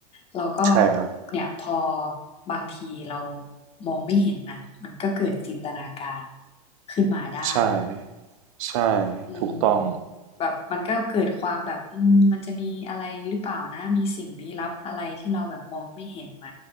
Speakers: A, on the left; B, on the right.
A: เราก็
B: ใช่ครับ
A: เนี่ยพอบางทีเรามองไม่เห็นนะมันก็เกิดจินตนาการขึ้นมาได้
B: ใช่ใช่ถูกต้อง
A: อืมแบบมันก็เกิดความแบบอืมมันจะมีอะไรหรือเปล่านะมีสิ่งลี้ลับอะไรที่เราแบบมองไม่เห็นไหม